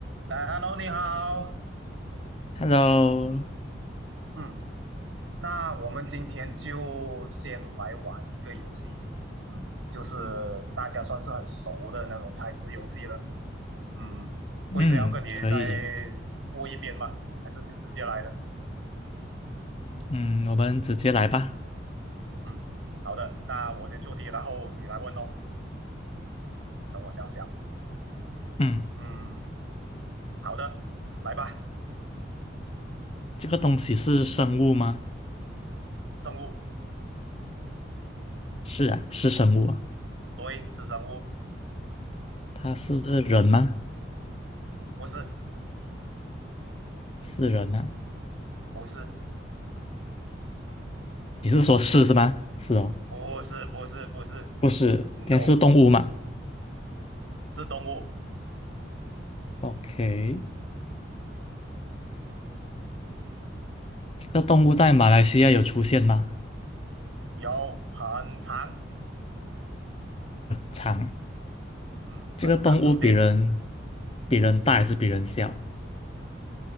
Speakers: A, on the right (about 80°); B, on the left (about 30°).
A: 来，Hello，你好。
B: Hello，
A: 嗯，那我们今天就先来玩一个游戏。嗯，就是大家算是很熟的那种猜字游戏了。嗯，规则要跟你再
B: 嗯，可以，
A: 过一遍吗？还是就直接来了？
B: 嗯，我们直接来吧。
A: 嗯，好的，那我先出题，然后你来问哦。嗯，等我想想。
B: 嗯，
A: 嗯，好的，来吧。
B: 这个东西是生物吗？
A: 生物，
B: 是啊，是生物啊。
A: 对，是生物，
B: 它是人吗？
A: 不是，
B: 是人啊。
A: 不是，
B: 你是说是是吗？是哦，
A: 不是，不是，不是，No，
B: 不是，它是动物嘛
A: 是动物。
B: ？OK，这个动物在马来西亚有出现吗？
A: 嗯。有很长，
B: 常。
A: 嗯，很长出现，
B: 这个动物比人比人大还是比人小